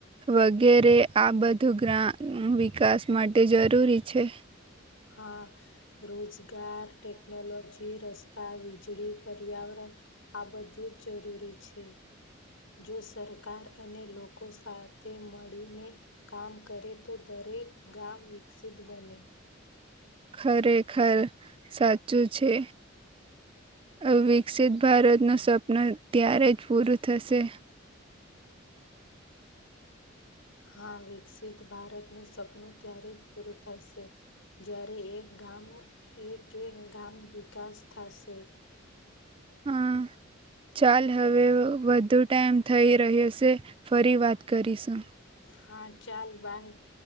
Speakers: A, on the right; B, on the left.
A: વગેરે આ બધું ગ્રામ વિકાસ માટે જરૂરી છે.
B: હા રોજગાર ટેક્નોલોજી રસ્ વીજળી પર્યાવરણ આ બધું જ જરૂરી છે જો સરકાર અને લોકો સાથે મળીને કામ કરે તો દરેક ગામ વિકસિત બને
A: ખરેખર સાચું છે. અ વિકસિત ભારતનું સવપન ત્યારે જ પૂરું થશે
B: હા વિકસિત ભારતનું સપનું ત્યારે પૂરું થશે જ્યારે એક ગામ એ ગામ વિકાસ થશે
A: હા. ચાલ હવે વધુ ટાઈમ થઈ રહ્યોશે ફરી વાત કરીશું.
B: હા ચાલ બાય